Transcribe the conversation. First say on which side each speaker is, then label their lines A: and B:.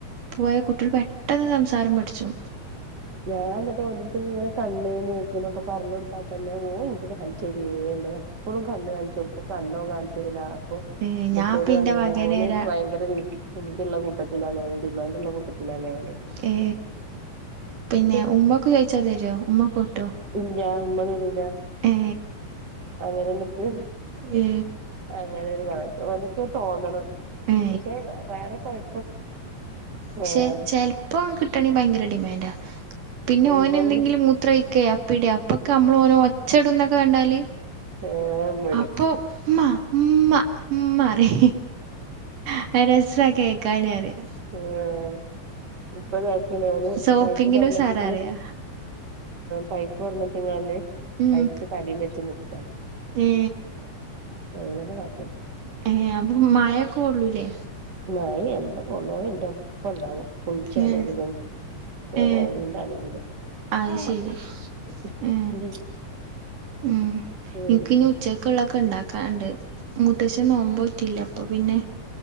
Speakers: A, on the right (about 75°); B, on the right (about 30°).
A: പോയ കുട്ടികൾ പെട്ടെന്ന് സംസാരം പഠിച്ചു.
B: ഞാന്ന്ട്ട് ഓന്റെട്ത്ത് ഇങ്ങനെ കണ്ണ്, മൂക്ക്ന്നൊക്കെ പറ്ഞ്ഞൊടുത്താ തന്നെ ഓൻ ഇന്ക്ക് <unintelligible> പ്പളും കണ്ണ് കാണ്ച്ചൊട്ക്കും കണ്ണോ കാണ്ച്ചലില്ലാ അപ്പൊ
A: ഏ
B: ഇബട്ത്തോലർയേലൊ
A: ഞാൻ ഇപ്പ ഇന്റെ മകന്
B: ഓല്
A: രാ
B: ഭയങ്കര വീ ഹുങ്ങ്ന്റിള്ള കൂട്ടത്തിലാണോ ഡിമാന്റുള്ള കൂട്ടത്തിലണോ <unintelligible>
A: ഏ
B: ഉം <unintelligible>
A: പിന്നെ ഉമ്മക്ക് ചോദിച്ചാ തരോ ഉമ്മക്ക് കൂട്ടോ
B: ഇല്ലാ ഉമ്മ വരൂല്ലാ
A: ഏ
B: അങ്ങനെങ്ങട്ട്
A: ഏ
B: അങ്ങനൊരു കാ ഓനിക്കി തോന്നണം.
A: ഏ
B: പക്ഷേ വേ വേറെ കൊഴപ്പം ഏഹ്
A: ക്ഷേ ചെല്പ്പം കിട്ടാണെ ഭയങ്കര ഡിമാന്റാ പിന്നെ ഓനെന്തെങ്കിലും
B: ഇതൊന്നും
A: മൂത്രൊഴിക്കേ അപ്പിയിടെ അപ്പൊക്കെ അമ്മള് ഓനോ ഒച്ചടുന്നൊക്കെ കണ്ടാല്
B: ഏഹ് വരും
A: അപ്പൊ മ്മ ഉമ്മ ഉമ്മാറി അത് രസവാ കേക്കാനറിയാ
B: ആഹ് ഇപ്പൊതാക്കി ഞാന്
A: സോപ്പിങ്ങിനും
B: പൈപ്പ് തൊറന്നിട്ടിട്ട്
A: ഉസാറ് പറയാ
B: പൈപ്പ് തൊറന്നിട്ടിങ്ങാണ്ട്
A: ഉം
B: പൈപ്പ് തലേം വെച്ച് നി ക്കാണ്
A: ഏ
B: അങ്ങനെ കാട്ടും
A: ഏഹ് അപ്പൊ മയൊക്കെ കൊള്ളൂല്ലേ?
B: മയയെ എന്തോ കെള്ളണെ എന്റെ ഒപ്പം ഉണ്ടാവും കുളിച്ചാണെങ്കിലും.
A: ഏ
B: ഇനി
A: ഏ
B: എന്താണെങ്കിലും
A: അത്
B: ഉം
A: ശരി ഏ ഉം.
B: ഉം
A: എൻക്ക് ഇനി ഉച്ചക്കുള്ളക്കൊ ക്കൊണ്ടാക്കാണ്ട്. മുത്തശ്ശൻ നോമ്പുനോറ്റില്ല അപ്പൊ പിന്നെ